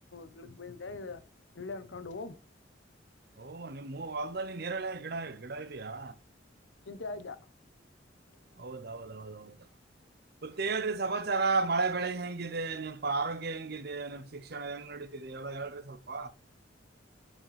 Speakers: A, on the left (about 75°); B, on the right (about 55°).
A: ಗಿಡಕ್ ಬಂದಿದ್ದೆ ಈಗ ನೇರಳೆ ಹಣ್ಣು ಕಂಡುವ <unintelligible>
B: ಓ ನಿಮ್ ಹೊಲ್ದಲ್ಲಿ ನೇರಳೆ ಗಿಡ ಗಿಡ ಇದೆಯಾ
A: ನಿಜಾ ನಿಜಾ <unintelligible>
B: ಹೌದ ಹೌದ ಹೌದ <unintelligible> ಮತ್ತೆ ಹೇಳ್ರಿ ಸಮಾಚಾರ ಮಳೆ ಬೆಳೆ ಹೆಂಗಿದೆ ನಿೆಪ ಆರೋಗ್ಯ ಹೆಂಗಿದೆ ನಿಮ್ಮ ಶಿಕ್ಷಣ ಹೆಂಗ್ ನಡದೆ ಎಲ್ಲ ಹೇಳ್ರಿ ಸ್ವಲ್ಪ